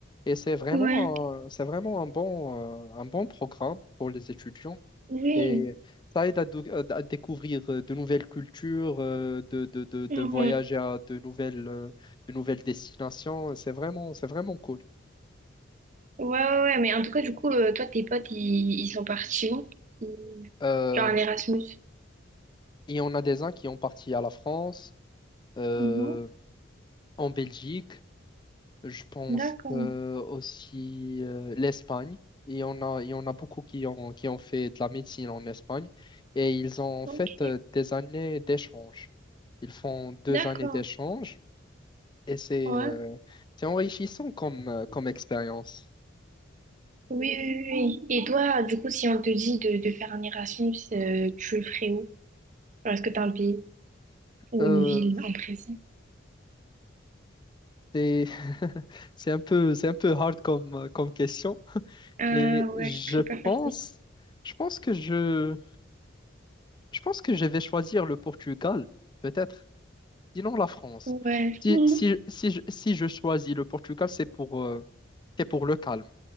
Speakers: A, on the left; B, on the right.
A: et c'est vraiment,
B: ouais,
A: un- c'est vraiment un bon, euh, un bon programme pour les étudiants.
B: oui.
A: Et ça aide à, dou- euh, à découvrir euh, de nouvelles cultures, euh, de, de, de, de
B: Mhm.
A: voyager à de nouvelles, euh, de nouvelles destinations. C'est vraiment, c'est vraiment cool.
B: Ouais, ouais, ouais, mais en tout cas, du coup, euh, toi, tes potes, ils, ils sont partis où? Ils-
A: Euh,
B: Genre en Erasmus.
A: et on a des uns qui ont parti à la France, euh,
B: Mhm.
A: en Belgique, je pense
B: D'accord,
A: euh, aussi euh, l'Espagne. Et on a, il y en a beaucoup qui ont, qui ont fait de la médecine en Espagne. Et ils ont
B: ok,
A: fait euh, des années d'échange. Ils font deux
B: d'accord,
A: années d'échange. Et c'est
B: ouais.
A: euh, c'est enrichissant comme, euh, comme expérience.
B: Oui, oui, oui. oui. Et toi, du coup, si on te dit de, de faire un Erasmus, euh, tu le ferais où? Genre, est-ce que t'as un pays ou
A: Euh,
B: une ville en présent?
A: c'est <laughs> c'est un peu, c'est un peu hard comme, euh, comme question,
B: Ah
A: mais
B: ouais,
A: je
B: c'est pas facile.
A: pense, je pense que je, je pense que je vais choisir le Portugal, peut-être, sinon la France.
B: Ouais.
A: Si,
B: Mhm.
A: si, si, je si je choisis le Portugal, c'est pour, euh, c'est pour le calme.